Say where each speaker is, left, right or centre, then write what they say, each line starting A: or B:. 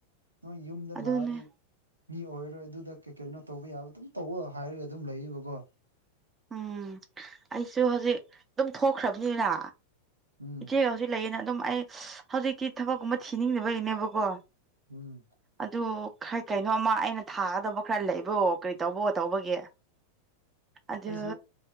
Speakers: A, on the right; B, on the right.
A: ꯅꯣꯏ ꯌꯨꯝꯗ
B: ꯑꯗꯨꯅꯦ
A: ꯂꯥꯛꯑꯗꯤ ꯃꯤ ꯑꯣꯏꯔꯣꯏ ꯑꯗꯨꯗ ꯀꯩ ꯀꯩꯅꯣ ꯇꯧꯕ ꯌꯥꯕ ꯑꯗꯨꯝ ꯇꯧ ꯍꯥꯏꯔꯒ ꯑꯗꯨꯝ ꯂꯩꯌꯦꯕꯀꯣ
B: ꯎꯝ ꯑꯩꯁꯨ ꯍꯧꯖꯤꯛ ꯑꯗꯨꯝ ꯊꯣꯛꯈ꯭ꯔꯕꯅꯤꯅ
A: ꯎꯝ
B: ꯏꯆꯦꯒ ꯍꯧꯖꯤꯛ ꯂꯩꯌꯦꯅ ꯑꯗꯨꯝ ꯑꯩ ꯍꯧꯖꯤꯛꯇꯤ ꯊꯕꯛꯀꯨꯝꯕ ꯊꯤꯅꯤꯡꯗꯕꯒꯤꯅꯦꯕꯀꯣ
A: ꯎꯝ
B: ꯑꯗꯨ ꯈꯔ ꯀꯩꯅꯣꯝꯃ ꯑꯩꯅ ꯊꯥꯒꯗꯕ ꯈꯔ ꯂꯩꯕꯣ ꯀꯔꯤ ꯇꯧꯕꯣ ꯇꯧꯕꯒꯤ ꯑꯗꯨ
A: ꯑꯩꯁꯨ